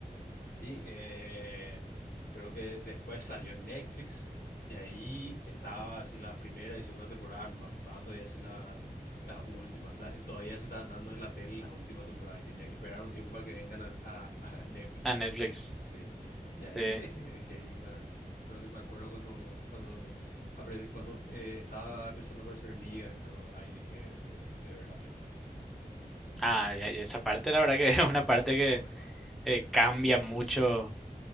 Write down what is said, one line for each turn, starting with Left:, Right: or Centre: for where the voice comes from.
Left: Y eh, creo que después salió en Netflix y ahí estaba así la primera y segunda temporada nomás, no estaban todavía así la- las últimas, la- todavía se estaban dando en la tele las últimas temporadas y tenía que esperar un tiempo para que vengan a, a- <laughs> a Netflix.
Centre: a Netflix.
Left: Sí, y
Centre: Sí.
Left: ahí dejé, dejé, y me- creo que me acuerdo cuando, cuando, apare- cuando eh, estaba empezando a aparecer Negan, creo, ahí dije eh, de, ver la peli.
Centre: Ah, ya- ya esa parte la verdad que <laughs> es una parte
Left: Muy,
Centre: que
Left: muy buena, muy
Centre: eh,
Left: buena.
Centre: cambia mucho